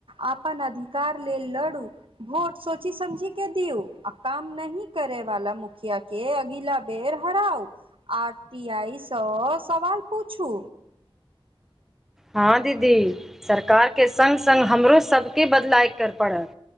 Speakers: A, on the right (about 65°); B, in the centre.
A: अपन अधिकार लेल लड़ू। भोट सोची समझी के दियू आ काम नही करे वाला मुखिया के अगिला बेर हराउ, आर टी आइ सँ सवाल पूछू।
B: हँ दीदी सरकारके सङ्ग सङ्ग हमरो सभके बदलाइ करय पड़त।